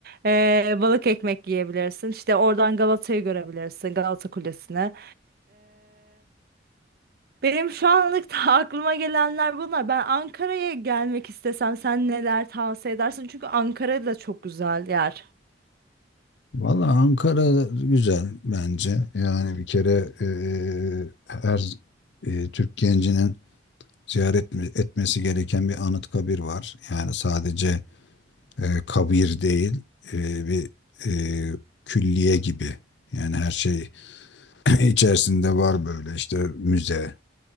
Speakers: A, on the right (about 55°); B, on the left (about 70°).
A: E, balık ekmek yiyebilirsin. İşte oradan Galata'yı görebilirsin. Galata Kulesi'ne. Benim şu anlık da <laughs> aklıma gelenler bunlar. Ben Ankara'ya gelmek istesem sen neler tavsiye edersin? Çünkü Ankara da çok güzel yer.
B: Valla Ankara güzel bence. Yani bir kere eee, her eee, Türk gencinin ziyaret mi- etmesi gereken bir anıt kabir var. Yani sadece eee, kabir değil, eee, bir eee, külliye gibi. Yani her şey <clears throat> içerisinde var böyle işte müze.